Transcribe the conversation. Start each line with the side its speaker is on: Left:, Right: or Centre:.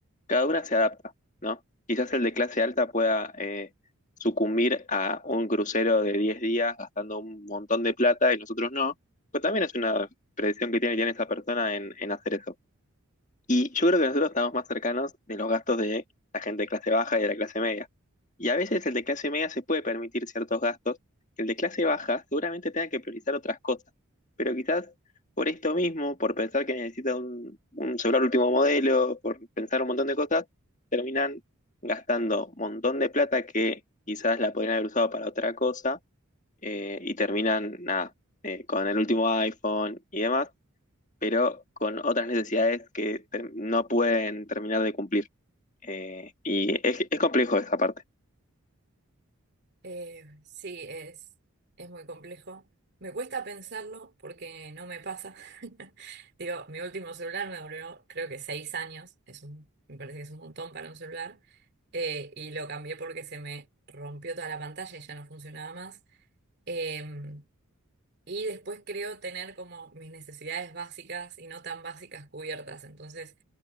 Left: Cada una se adapta, ¿no? Quizás el de clase alta pueda eh, sucumbir a un crucero de 10 días gastando un montón de plata y nosotros no, pero también es una predicción que tiene, tiene esa persona en, en hacer eso. Y yo creo que nosotros estamos más cercanos de los gastos de la gente de clase baja y de la clase media. Y a veces el de clase media se puede permitir ciertos gastos, que el de clase baja seguramente tenga que priorizar otras cosas. Pero quizás por esto mismo, por pensar que necesita un, un celular último modelo, por pensar un montón de cosas, terminan gastando un montón de plata que quizás la podrían haber usado para otra cosa eh, y terminan nada, eh, con el último iPhone y demás pero con otras necesidades que ter- no pueden terminar de cumplir. Eh, y es, es complejo esa parte.
Right: Eh, sí, es, es muy complejo. Me cuesta pensarlo porque no me pasa. <laughs> Digo, mi último celular me duró creo que seis años. Es un, me parece que es un montón para un celular. Eh, y lo cambié porque se me rompió toda la pantalla y ya no funcionaba más. Eh, y después creo tener como mis necesidades básicas y no tan básicas cubiertas. Entonces